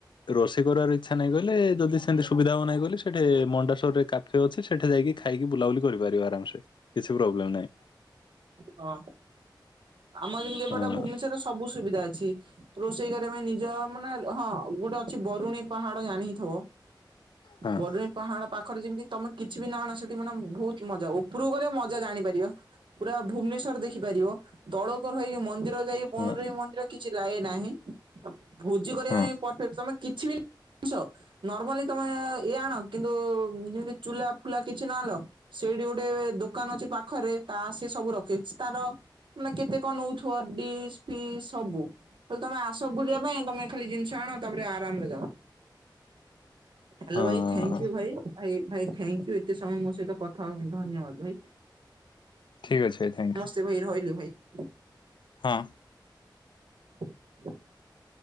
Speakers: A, on the left (about 70°); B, on the right (about 80°).
A: ରୋଷେଇ କରିବାର ଇଚ୍ଛା ନାଇଁ କହିଲେ ଯଦି ସେମିତି ସୁବିଧା ହବ ନାଇଁ ଗଲେ ସେଇଠି ମଣ୍ଡାସୋରରେ କା ଫେ ଅଛି ସେଠେ ଯାଇକି ଖାଇକି ବୁଲାବୁଲି କରିପାରିବ ଆରାମ ସେ କିଛି ପ୍ରୋବ୍ଲେମ ନାହିଁ।
B: ହଁ ଆମର ଯେମିତି ଏପଟେ
A: ହଁ
B: ଭୁବନେଶ୍ଵରରେ ସବୁ ସୁବିଧା ଅଛି। ରୋଷେଇ କରିବା ପାଇଁ ନିଜ ମାନେ ହଁ ଗୋଟେ ଅଛି ବରୁଣୀ ପାହାଡ଼ ଜାଣିିଥିବ।
A: ହଁ
B: ବରୁଣି ପାହାଡ଼ ପାଖରେ ଯେମିତି ତମେ କିଛି ବି ନା ଆଣ ସେଠି ମାନେ ବୋହୁତ ମଜା ଉପରକୁ ଗଲେ ମଜା ଜାଣିପାରିବ ପୁରା ଭୁବନେଶ୍ୱର ଦେଖିପାରିବ ତଳକର ହେଇ ଯୋଉ ମ ନ୍ଦିର ଯାଇକି
A: ହଁ
B: <unintelligible> ମନ୍ଦିର କିଛି ଲାଏ ନାହିଁ ଆ ଭୋଜି କରିବା
A: ହଁ
B: ପାଇଁ ପରଫେକ୍ଟ ତେ କିଛି ବି ସ ନର୍ମାଲି ତମେ ଇଏ ଆଣ କିନ୍ତୁ ଯେମିତି ଚୁଲା ଫୁଲା କିଛି ନ ଆଣିଲ ସେଇଠି ଗୋଟେ ଦୋକାନ ଅଛି ପାଖରେ ତା ସିଏ ସବୁ ରଖିଛି ତାର ମାନେ କେତେ କଣ ନଉଥିବ ଡିସ୍ ପିସ୍ ସବୁ। ଖାଲି ତମେ ଆସ ବୁଲିବା ପାଇଁ ତମେ ଖାଲି ଜିନିଷ ଆଣ ତାପରେ ଆରାମରେ ଯାଅ। ହାଲୋ
A: ହଁ
B: ଭାଇ ଥାଙ୍କ୍ ୟୁ ଭାଇ ଭାଇ ଭାଇ ଥାଙ୍କ୍ ୟୁ ଏତେ ସମୟ ମୋ ସହିତ କଥା ହବା ପାଇଁ ଧନ୍ୟବାଦ ଭାଇ।
A: ଠିକ୍ ଅଛି ବି ଥ୍ୟାଙ୍କ୍ ୟୁ।
B: <unintelligible> ରହିଲି ଭାଇ।
A: ହଁ।
B: <inaudible>